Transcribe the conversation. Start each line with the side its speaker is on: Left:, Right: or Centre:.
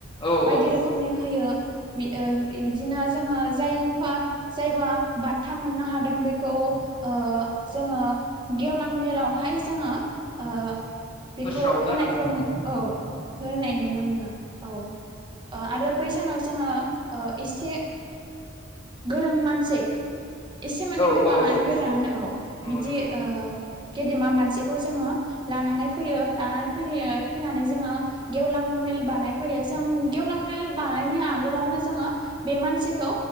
Left: औ
Right: बायदि
Left: औ
Right: रोखोमनि होयो ओ बिदिनो जोङो जायफा जायबा बान्था मोननो हादों बेखौ ओ जोङो गेवलां मेलावहाय जोङो। ओ। बेखौ
Left: फोस्रावो
Right: होनायखौ
Left: आरोना
Right: औ होनाय नुनो मोनो औ। आरो बै सानाव जोङो ओ एसे गोरों मानसि एसे माने
Left: औ
Right: गोबाङानो
Left: औ औ
Right: गोरों आनो औ
Left: नंगौ
Right: बिदि।
Left: नोंथां
Right: गेदेमा मासिखौ जोङो लानानै फैयो लानानै फै फैनानै जोङो गेवलां। बानाय फैयो जों गेवलां मेल बानायनि आगोलावनो जोङो बे मानसिखौ